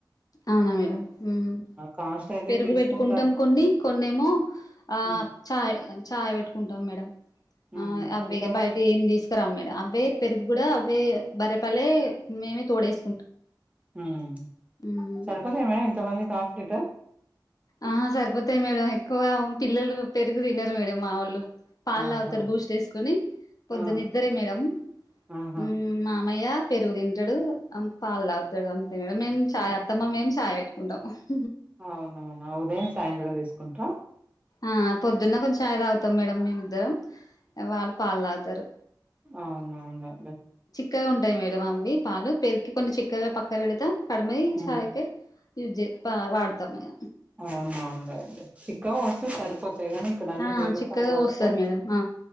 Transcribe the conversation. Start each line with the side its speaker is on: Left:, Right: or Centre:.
Left: అవునా మేడం మ్
Right: కాస్ట్ అయితే
Left: పెరుగు
Right: తీసుకుంటారు.
Left: పెట్టుకుంటాం కొన్ని కొన్నిమో ఆ
Right: హ్మ్.
Left: ఆప్ చాయ్ చాయ్ పెట్టుకుంటం మేడం
Right: హ్మ్.
Left: ఆ ఆవే
Right: ఎంతమ
Left: ఇగ బైటియ్ ఎం తీస్ రా మేడ అవే పెరుగు కూడా అవే బరెపలలే మేమే తోడేస్
Right: మ్
Left: మ్మ్
Right: సరిపోతయా మేడం ఇంతమందిక్ ఆఫ్ లీటర్
Left: ఆ సరిపోతాయి మేడం ఎక్కువ పిల్లలు పెరుగు తినరు మేడం మా ఒళ్ళు పాల్
Right: ఆహా!
Left: తగుతార్ బూస్ట్ ఎస్కోని పొద్దు
Right: ఆ!
Left: నిద్దరే మేడం
Right: ఆహా!
Left: ఉమ్ మ మ్మయ్య పెరుగు తింటాడు అం పాల్ తాగుతాడు అంతే మేము చాయ్
Right: ఆ!
Left: అత్తమ్మ మేం చాయ్యే కుంట ఉహ్
Right: అవునవునా ఉదయం సాయంత్రం తీసుకుంట్ర
Left: ఆ పొద్దున్న కొంచం చాయ్ తాగుతాం మేడం మేమిద్దరం వాళ్ళు పాలు తాగుతరు
Right: అవునవునులేండి
Left: క్కగా ఉంటాయి మేడం అవి పాలు పెరుక్కి కొన్ని చిక్కగా పక్కకి పెడతా కడమెయి
Right: హ్మ్.
Left: చాయికి యూజ్ వా వాడతాం మే
Right: అవునవును లేండి చిక్కగా వస్తె సరి పోతాయి కానీ ఇక్కడ అన్ని
Left: ఆ
Right: నీళ్లపాలు
Left: చిక్కగా
Right: పోస్తే
Left: పోస్తారు మేడం ఆ